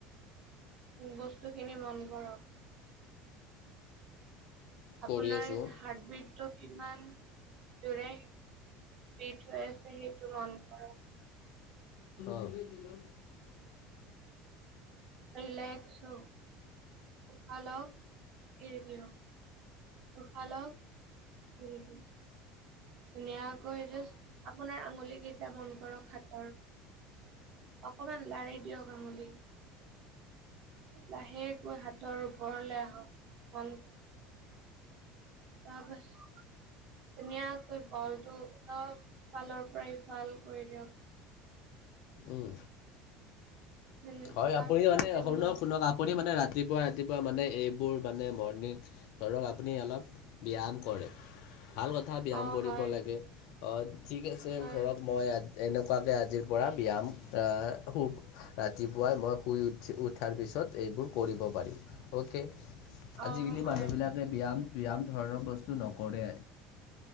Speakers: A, on the right; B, on the left.
A: বস্তুখিনি মন কৰক। আপোনাৰ
B: কৰি আছোঁ
A: হাৰ্টবিটটো ইমান জুৰে বিশ হৈ আছে সেইটো মন কৰক।
B: <unintelligible>
A: ৰিলেক্স হ উশাহ লওক এৰি দিয়ক। উশাহ লওক এৰি দিয়ক। ধুনীয়াকৈ আপোনাৰ আঙুলি কেইটা মন কৰক হাতৰ অকণমান লাৰি দিয়ক আঙুলি, লাহেকৈ হাতৰ ওপৰলৈ আহক মন কৰক অবশ্য ধুনীয়াকৈ বলটো চব ফালৰ পৰাই ইফাল কৰি দিয়ক।
B: উম।
A: উম,
B: হয়
A: তাৰপিছতে
B: আপুনি মানে সৰু
A: মোক
B: ল'ৰাক শুনক আপুনি মানে ৰাত- ৰাতিপুৱা ৰাতিপুৱা মানে এইবোৰ মানে মৰ্ণিং ধৰক আপুনি অলপ ব্যায়াম কৰে, ভাল কথা ব্যায়াম
A: অ'
B: কৰিব
A: হয়,
B: লাগে ঠিক আছে
A: হয়,
B: ধৰক মই আজ- এনেকুৱাকে আজিৰ পৰা ব্যায়াম আ হু আ ৰাতিপুৱাই মই শুই উঠি উঠাৰ পিছত এইবোৰ কৰিব পাৰিম অকে।
A: অ'
B: আজিকালি
A: হয়।
B: মানুহবিলাকে ব্যায়াম ব্যায়াম ধৰণৰ বস্তু নকৰে।